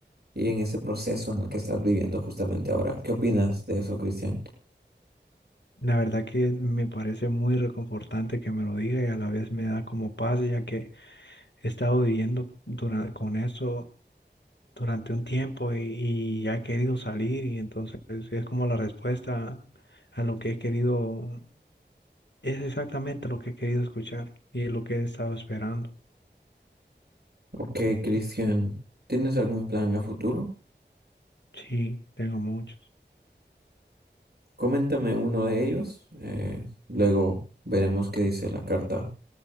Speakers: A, on the right; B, on the left.
A: y en ese proceso en el que estás viviendo justamente ahora. ¿Qué opinas de eso, Cristian?
B: La verdad que me parece muy reconfortante que me lo diga y a la vez me da como paz ya que he estado viviendo dura- con eso durante un tiempo y, y ya he querido salir y entonces es como la respuesta a lo que he querido, es exactamente lo que he querido escuchar y es lo que he estado esperando.
A: Ok, Cristian, ¿tienes algún plan a futuro?
B: Sí, tengo muchos.
A: Coméntame uno de ellos, eh, luego veremos qué dice la carta